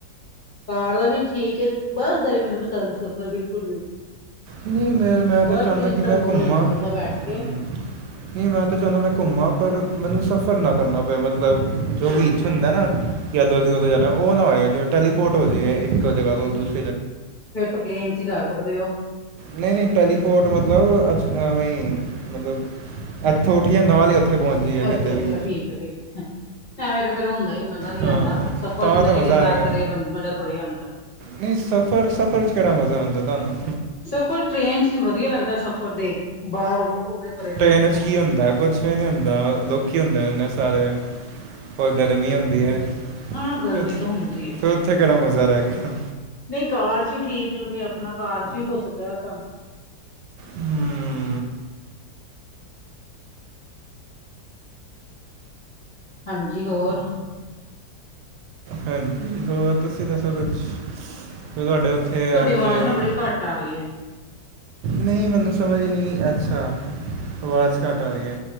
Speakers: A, on the left (about 40°); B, on the right (about 75°).
A: ਕਾਰ ਦਾ ਵੀ ਠੀਕ ਹੈ। ਬਸ ਦਾ ਨਹੀਂ ਮੈਨੂੰ ਪਸੰਦ ਸਫ਼ਰ ਬਿਲਕੁਲ।
B: ਨਹੀਂ ਮੈਂ ਮੈਂ
A: ਬੱਸ
B: ਤਾਂ ਚਾਹੁੰਦਾ
A: ਵਿੱਚ
B: ਕਿ
A: ਤਾਂ ਬੋਰ
B: ਮੈਂ ਘੁੰਮਾ
A: ਹੋ ਜਾਂਦਾ ਬੰਦਾ ਬੈਠ
B: ਹਮ
A: ਕੇ
B: ਨਹੀਂ ਮੈਂ ਤਾਂ ਚਾਹੁੰਦਾ ਮੈਂ। ਘੁੰਮਾਂ ਪਰ ਮੈਨੂੰ ਸਫ਼ਰ ਨਾ ਕਰਨਾ ਪਏ ਮਤਲਬ ਜੋ ਵਿੱਚ ਹੁੰਦਾ ਨਾ ਕਿ ਇੱਧਰ ਦੀ ਉਧਰ ਜਾਣਾ ਉਹ ਨਾ ਹੋਏ ਜਿਵੇਂ ਟੈਲੀਪੋਰਟ ਹੋ ਜਾਈਏ ਇੱਕ ਜਗ੍ਹਾ ਤੋਂ ਦੁਸ
A: ਫਿਰ ਤਾਂ ਪਲੇਨ ਚ ਈ ਜਾ ਸਕਦੇ ਹੋ।
B: ਨਹੀਂ ਨਹੀਂ ਟੈਲੀਪੋਰਟ ਮਤਲਬ ਅ ਐਵੇਂ ਮਤਲਬ ਇੱਥੋਂ ਉੱਠੀਏ ਨਾਲ ਹੀ ਉੱਥੇ ਪਹੁੰਚ ਜਾਈਏ ਕਿਤੇ
A: ਅੱਛਾ ਅੱਛਾ,
B: ਵੀ
A: ਠੀਕ ਹੈ ਠੀਕ ਹੈ। ਐਵੇਂ ਤਾਂ ਫੇਰ ਹੁੰਦਾ ਹੀ ਨੀ ਮਜ਼ਾ ਨੀ
B: ਹਾਂ
A: ਆਉਂਦਾ ਸਫ਼ਰ
B: ਤਾਂ
A: ਜਿੰਨਾ
B: ਤਾਂ
A: ਤੀਕਰ
B: ਮਜ਼ਾ
A: ਨਾ
B: ਆਏਗਾ
A: ਕਰੇ ਬ ਮਜ਼ਾ ਥੋੜੀ ਆਉਂਦਾ।
B: ਨਹੀਂ ਸਫ਼ਰ ਸਫ਼ਰ ਚ ਕਿਹੜਾ ਮਜ਼ਾ ਆਉਂਦਾ ਤੁਹਾਨੂੰ।
A: ਸਫ਼ਰ ਟ੍ਰੇਨ ਚ ਵਧੀਆ ਲੱਗਦਾ ਸਫ਼ਰ ਦੇ ਬਾਹਰ ਉਰੇ ਪਰੇ ਦੇਖੋ।
B: ਟ੍ਰੇਨ 'ਚ ਕੀ ਹੁੰਦਾ ਕੁੱਝ। ਕੁੱਛ ਨੀ ਹੁੰਦਾ ਲੋਕੀ ਹੁੰਦੇ ਰਹਿੰਦੇ ਸਾਰੇ ਹੋਰ ਗਰਮੀ ਹੁੰਦੀ ਹੈ
A: ਹਾਂ ਗਰਮੀ
B: ਫ
A: ਤਾਂ ਹੁੰਦੀ ਹੈ
B: ਫਿਰ ਉੱਥੇ ਕਿਹੜਾ ਮਜ਼ਾ ਰਹਿ ਗਿਆ।
A: ਨਹੀਂ ਕਾਰ ਚ ਵੀ ਠੀਕ ਲਵੇ ਆਪਣਾ ਕਾਰ ਚ ਵੀ ਹੋ ਸਕਦਾ ਸਾਨੂੰ
B: ਹੂੰ।
A: ਹਾਂਜੀ, ਹੋਰ?
B: ਹਾਂਜੀ ਹੋਰ ਤੁਸੀਂ ਦੱਸੋ ਕੁਛ, ਫ ਤੁਹਾਡੇ ਉੱਥੇ ਉੱਥੇ
A: ਤੁਹਾਡੀ
B: ਅੱਜ
A: ਆਵਾਜ਼ ਨਾ ਬੜੀ ਘੱਟ ਆ ਰਹੀ ਹੈ
B: ਨਹੀਂ ਮਤਲਬ ਸਮਝ ਨਹੀਂ ਅੱਛਾ ਆਵਾਜ਼ ਘੱਟ ਆ ਰਹੀ ਹੈ।